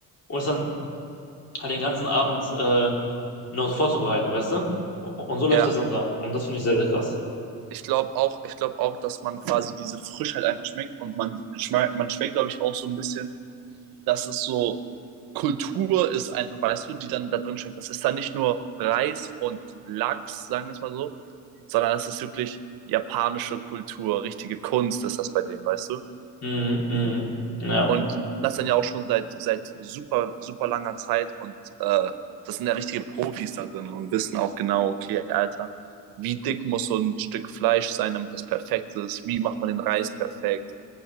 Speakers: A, on the left; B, on the right.
A: um es dann halt den ganzen Abend äh, noch so vorzubereiten, weißt du? Und so läuft
B: ja.
A: das dann da. Und das finde ich sehr, sehr krass.
B: Ich glaube auch, ich glaube auch, dass man quasi diese Frischheit einfach schmeckt und man schmeckt, man schmeckt, glaube ich, auch so ein bisschen. dass es so Kultur ist, einfach, weißt du, die dann da drin steckt. Das ist dann nicht nur Reis und Lachs, sagen wir es mal so, sondern es ist wirklich japanische Kultur, richtige Kunst ist das bei denen, weißt du?
A: Mhm, mhm. Ja,
B: Und die machen das dann ja auch schon seit, seit super, super langer Zeit und äh, das sind ja richtige Profis da drin und wissen auch genau, okay, Alter, wie dick muss so ein Stück Fleisch sein, damit das perfekt ist, wie macht man den Reis perfekt,